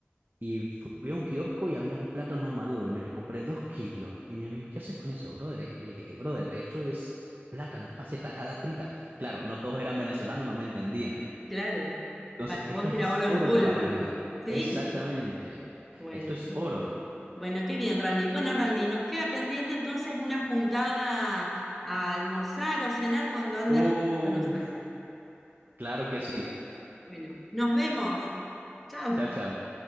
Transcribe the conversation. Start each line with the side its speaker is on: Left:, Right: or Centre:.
Right: y fui a un kiosco y habían platos no maduros y me compré dos kilos. Y mi amigo, ¿qué haces con eso, brother? Y yo le dije, "Eh, brother, eso es plátano, es pase tajada frita. Claro, no todos eran venezolanos, no me entendían.
Centre: Claro,
Right: Entonces,
Centre: para
Right: esto
Centre: vos
Right: es
Centre: era oro en
Right: oro
Centre: polvo.
Right: para mí.
Centre: Sí,
Right: Exactamente.
Centre: bueno,
Right: Esto es
Centre: qué
Right: oro.
Centre: bien. Bueno, qué bien, Randy. Bueno, Randy, nos queda pendiente entonces una juntada a almorzar o cenar cuando andes
Right: Uf,
Centre: a Buenos Aires.
Right: claro que sí.
Centre: Bueno, nos vemos. Chao.
Right: Chao, chao.